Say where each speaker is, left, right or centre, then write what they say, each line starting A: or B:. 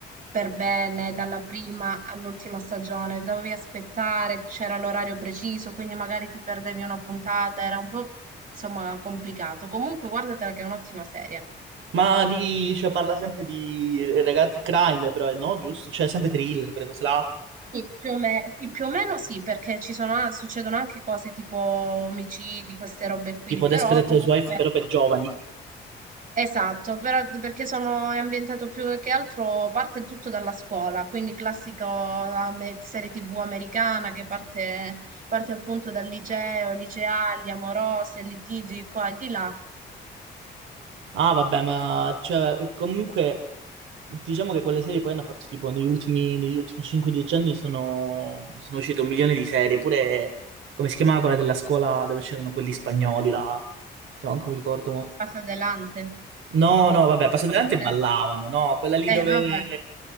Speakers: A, on the right; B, on the right.
A: per bene, dalla prima all'ultima stagione, dovevi aspettare, c'era l'orario preciso, quindi magari ti perdevi una puntata, era un po' insomma complicato. Comunque guardatela che è un'ottima serie.
B: Ma di, cioè, parla sempre di ragazzi, crime però, no, giusto? Cioè, sempre thriller, quelle cose là.
A: Sì, più o me- sì, più o meno sì, perché ci sono, a- succedono anche cose tipo omicidi, queste robe qui,
B: Tipo
A: però
B: Desperate
A: comunque,
B: Housewife, però per giovani.
A: esatto, però, perché sono, è ambientato più che altro, parte tutto dalla scuola, quindi classico ame- serie TV americana che parte, parte appunto dal liceo, liceali, amorose, litigi qua e di là,
B: Ah, vabbè, ma cioè, comunque Diciamo che quelle serie poi hanno fatto tipo negli ultimi, negli ultimi 5-10 anni sono, sono uscite un milione di serie, pure come si chiamava quella della scuola dove c'erano quelli spagnoli là, che manco mi ricordo. mo.
A: passa adelante.
B: No, no, vabbè,
A: No,
B: passo davanti
A: quelle-
B: e ballavano, no, quella lì
A: eh,
B: dove...
A: no, vabbè.